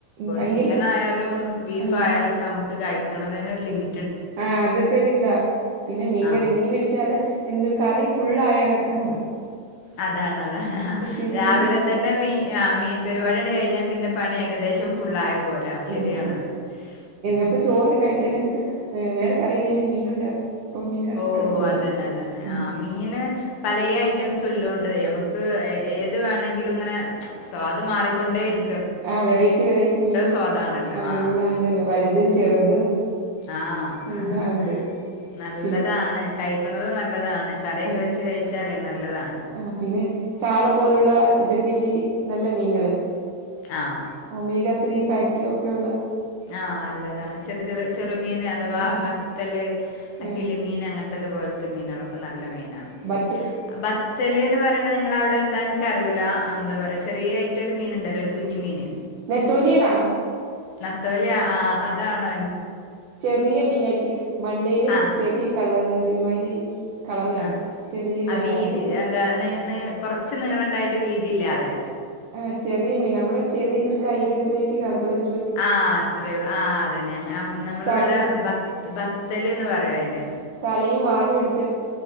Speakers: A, on the right (about 70°); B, on the left (about 85°).
A: ഭയങ്കര
B: ചിക്കൻ ആയാലും ബീഫ്
A: ആഹ്
B: ആയാലൊക്കെ നമക്ക് കഴിക്കണതിന് ഒരു ലിമി
A: ആഹ അതൊക്കെരിത പിന്നെ മീൻ
B: ആഹ്
A: കറിയ മീൻ വെച്ചാല് ഇന്ന് കറി ഫുള്ളായണക്കാണ്.
B: അതാണതാ ഹ ഹ
A: കഴിഞ്ഞാൽ
B: രാവിലെ
A: പിന്നെ
B: തന്നെ മീ മീൻ പരിപാടിയാണ്ട് കഴിഞ്ഞാൽ പിന്നെ പണി ഏകദേശം ഫുള്ളായ പോലെയാ. ശരിയാണത്.
A: ഉം
B: ഉം
A: അപ്പൊ ചോറ് കഴിക്കാൻ നേരത്ത് വേറെ കറിയില്ലേലും മീനുണ്ട്. അപ്പം പിന്നെ
B: ഓ
A: കുഴപ്പമില്ല
B: അതന്നെ അതന്നെ
A: ഉം
B: ആഹ മീന് പല ഐറ്റംസുലോ നമക്ക് ഏത് വേണമെങ്കിലും ഇങ്ങനെ മച്ച് സ്വാദ് മാറിക്കൊണ്ടേരി
A: ആഹ വെറൈറ്റി വെറൈറ്റി മീൻ
B: സ്വാദാണല്ലോ
A: ആ എല്ലാം
B: അതാണ്
A: ഉണ്ടല്ലോ വലുതും ചെറുതും.
B: ആഹ്
A: എല്ലാം ഉണ്ട്.
B: നല്ലതാണ്
A: പിന്നെ
B: കഴിക്കണതും നല്ലതാണ് കറിയൊക്കെ
A: ആ
B: വെച്ച് കഴിച്ചാലേ നല്ലതാ.
A: ആ പിന്നെ ചാള പോലുള്ള ഇതൊക്കെല്ലേ നല്ല മീങ്ങള്.
B: ആഹ്
A: ഒമേഗ ത്രീ ഫാക്ട് ഒക്കെള്ള.
B: ആഹ നല്ലതാണ് ചെറു ചെറു ചെറുമീന് അഥവാ
A: ആ
B: ബത്തല്
A: ആ
B: കിളിമീൻ അങ്ങനെ ത്തക്ക പോലത്തെ മീനേളൊക്കെ നല്ല മീനാ.
A: ബറ്റ്
B: ബത്തല്ന്ന് പറയണത് നിങ്ങളവി ഇഎന്താ എനിക്കറിയൂല എന്താ പറയാ ചെറിയായിട്ട് ഒരു മീൻ ഇണ്ടല്ലോ ഒരു കുഞ്ഞു മീന്
A: നെത്തോലിയാണോ?
B: നത്തോലെ ആ അതണോ?
A: ചെറിയ മീനക്കി മണ്ടയില്
B: ആഹ്
A: ചെറിയ കളർ ഒരുമാതിരി. കളർ കാണും
B: ആ
A: ചെറിയൊരു
B: അതീ
A: വരാണക്കത്ത്
B: എന്താ നി നി കൊറച്ച് നിളണ്ടായിട്ട് വീതിയില്ലാതെ.
A: ആ ചെറിയ മീൻ നമ്മടെ ചെറിയ ഇർ കൈരത്രേക്കെ കണതൊള്ളൂ
B: ആ അത്രേയൊള്ളൂ ആ അതന്നെ നമ്മള്ളിവിടെ
A: തല
B: ബത് ബത്തല്ന്ന് പറയു അയ്ന്.
A: തലയും വാലും എടുത്